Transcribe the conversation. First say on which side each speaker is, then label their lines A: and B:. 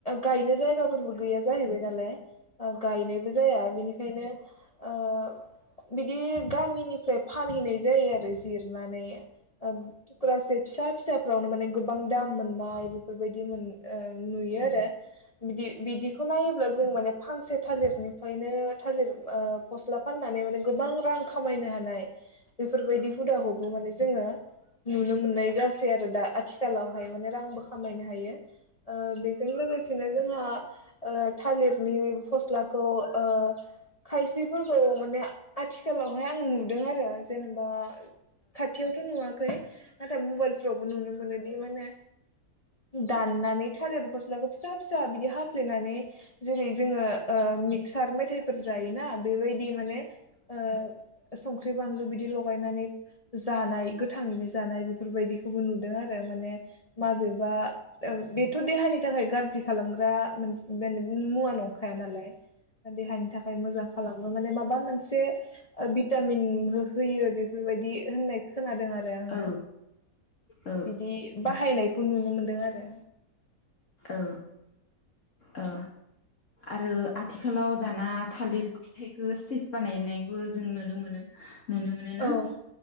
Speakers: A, on the left (about 25°); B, on the left (about 55°).
A: गायनो जायगाफोरबो गैया जाहैबाय नालाय गायनायबो जाया बिनिखायनो ओ बिदि गामिनिफ्राय फानहैनाय जायो आरो जिरनानै थुक्रासे फिसा फिसाफ्रावनो माने गोबां दाम मोननाय बेफोरबायदि मोन नुयो आरो बि बिदिखौ नायोब्ला जों माने फांसे थालिरनिफ्रायनो थालिर फस्ला फाननानै माने गोबां रां खामायनो हानाय <inaudible> बेफोरबायदि हुदाखौबो माने जोङो नुनो मोननाय जासै आरो दा आथिखालाव हायो माने रांबो खामायनो हायो। ओ बेजों लोगोसेनो जोंहा आ ओ थालिरनि फस्लाखौ ओ खायसेफोरखौ माने आथिखालावहाय आं नुदों आरो जेनेबा खाथियावथ' नुवाखै नाथाय मबाइलफ्रावबो नुनो मोनोदि माने दाननानै मस्लाखौ फिसा फिसा बिदि हाफ्लेनानै नै जेरै जोङो ओ मिक्सार मेथायफोर जायोना बेबायदि माने ओ संख्रि बानलु बिदि लनानै जानाय गोथाङैनो जानाय बेफोरबायदि खौ नुदों आरो माने माबेबा ओ बे बेथ देहानि थाखाय गाज्रि खालामग्रा बे मुवा नंखाया नालाय देहानि थाखाय मोजां खालामो माने माबा मोनसे ओ भिटामिन होयो बेफोरबायदि होननाय खोनादों आरो आङो
B: औ औ
A: बिदि बाहायनायखौ नुनो मोनदों आरो
B: औ औ आरो आथिखालाव दाना थालिर फिथाइखौ सिफ बानायनायबो जों नुनो मोनो नुनो मोनो ना
A: औ